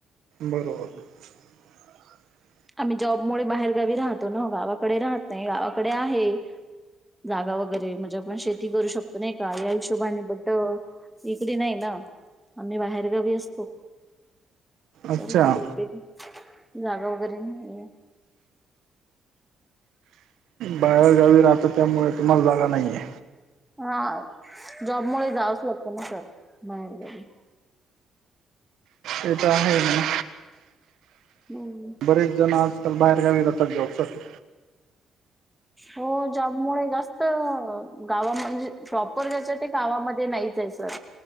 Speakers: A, on the right; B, in the centre.
A: बरोबर ह
B: आम्ही जॉब मु बाहेर गावी राहतो ना गावाकडे राहत नाही गावाकडे आहे जागा वगैरे म्ह पण शेती करू शकतो नाही का या हिशोबाने बट इकडे नाही ना आम्ही बाहेरगावी असतो
A: अच्छा
B: त्यामुळे ते जागा वगैरे नाहीे
A: बाहेरगावी राहत त्यामुळे तुम्हाला जागा नाहीये
B: हा जॉब मु जावंच लागतं ना स बाहेर गाडी
A: उदाहरण
B: हम्
A: बरेच जण आजकाल बाहेरगावी राहतात जॉब साठी
B: हो जबमुळे जास्त गावा म्हणजे प्रॉपर घ्यायच ते काावामध्ये नाहीच आहे सर